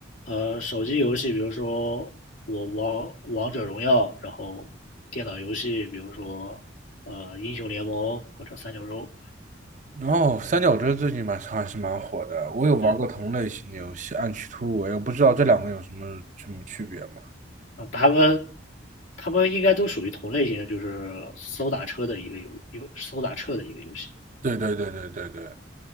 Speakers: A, on the left (about 90°); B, on the right (about 40°).
A: 呃，手机游戏，比如说我王王者荣耀，然后电脑游戏，比如说呃英雄联盟或者三角洲，
B: 哦，三角洲最近蛮还是蛮火的，我有玩过同类型的游戏《暗区突围》，
A: 对，
B: 我不知道这两个有什么什么区别吗？
A: 啊、他们他们应该都属于同类型的，就是搜打车的一个游游搜打车的一个游戏。
B: 对对对对对对，